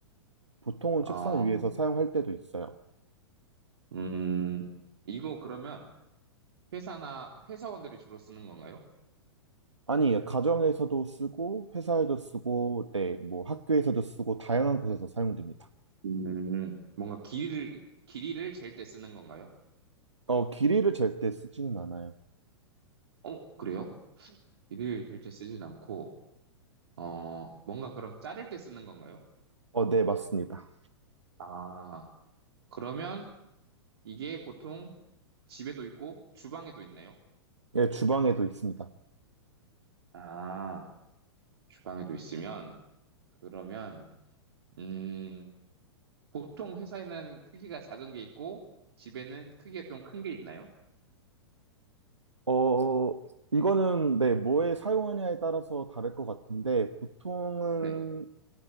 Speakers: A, on the right; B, on the right.
A: 보통은
B: 아,
A: 책상 위에서 사용할 때도 있어요.
B: 음, 이거 그러면 회사나 회사원들이 주로 쓰는 건가요?
A: 아니, 가정에서도 쓰고, 회사에도 쓰고, 네, 뭐 학교에서도 쓰고, 다양한 곳에서 사용됩니다.
B: 음, 뭔가 길이를, 길이를 잴 때 쓰는 건가요?
A: 어, 길이를 잴 때 쓰지는 않아요.
B: 어, 그래요? 길이를 잴 때 쓰진 않고, 어, 뭔가 그럼 자를 때 쓰는 건가요?
A: 어, 네, 맞습니다.
B: 아, 그러면 이게 보통 집에도 있고 주방에도 있나요?
A: 예, 주방에도 있습니다.
B: 아, 주방에도 있으면, 그러면, 음, 보통 회사에는 크기가 작은 게 있고, 집에는 크기가 좀 큰 게 있나요?
A: 어, 이거는 네, 뭐에 사용하냐에 따라서 다를 것 같은데 보통은
B: 네.